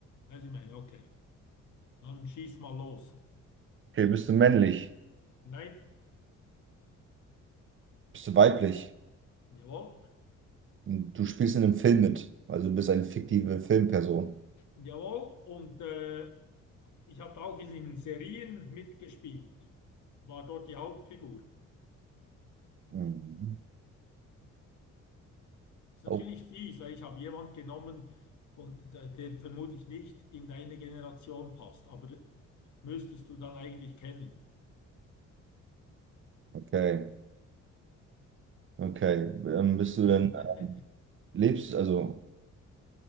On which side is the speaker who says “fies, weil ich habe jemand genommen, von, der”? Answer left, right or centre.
Left